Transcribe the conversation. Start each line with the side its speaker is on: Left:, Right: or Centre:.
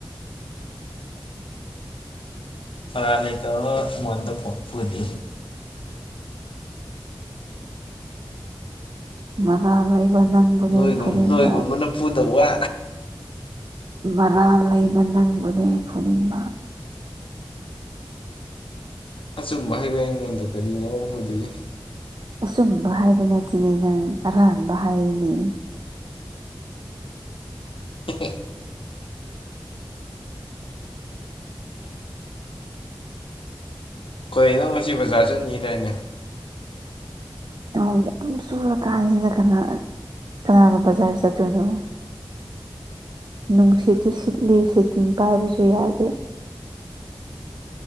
Left: ꯃꯔꯥꯜ ꯂꯩꯇꯕꯥ ꯃꯣꯟꯗ ꯐꯣꯟ ꯐꯨꯗꯦ
Right: ꯃꯔꯥꯜ ꯂꯩꯕ ꯅꯪꯕꯨꯅꯦ
Left: ꯅꯣꯏꯒꯨꯝꯕꯅ
Right: ꯐꯨꯅꯤꯡꯕ
Left: ꯅꯣꯏꯒꯨꯝꯕꯅ ꯄꯨꯗ ꯋꯥ
Right: ꯕꯔꯥ ꯂꯩꯕ ꯅꯪꯕꯨꯔꯦꯟ ꯐꯨꯔꯤꯕ
Left: ꯑꯆꯨꯝꯕ ꯍꯥꯏꯕ ꯑꯩꯉꯣꯟꯗ ꯀꯔꯤꯒꯤꯅꯣ ꯎ ꯐꯗꯏ
Right: ꯑꯁꯨꯝꯕ ꯍꯥꯏꯕ ꯅꯠꯇꯅꯤ ꯅꯪ ꯑꯔꯥꯟꯕ ꯍꯥꯏꯔꯤꯅꯤ
Left: ꯎꯦ <unintelligible> <inaudible> ꯑꯩꯣꯏ ꯅꯪ ꯉꯁꯤ ꯕꯖꯥꯔ ꯆꯠꯅꯤꯗꯏꯅꯦ
Right: ꯅ ꯌꯥꯝ ꯆꯨꯔꯀꯥꯟꯁꯤꯗ ꯀꯅꯥ ꯀꯅꯥꯗ ꯕꯖꯥꯔ ꯆꯠꯇꯣꯏꯅꯣꯅꯣ ꯅꯨꯡꯁꯤꯠꯠꯇ ꯁꯤꯠꯂꯤ ꯁꯤ ꯇꯤꯟ ꯄꯥꯏꯕꯁꯨ ꯌꯥꯗꯦ